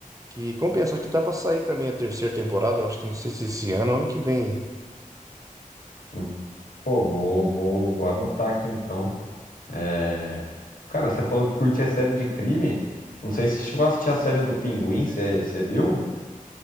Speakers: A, on the right; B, on the left.
A: que compensa. Acho que dá pra sair também a terceira temporada, eu acho que não sei se esse ano, ou ano que vem.
B: Hum, Pô, vou, vou, vou anotar aqui então. É, Cara, você falou que curtia série de crime. Não sei se você chegou a assistir as séries do Pinguim, você, você viu?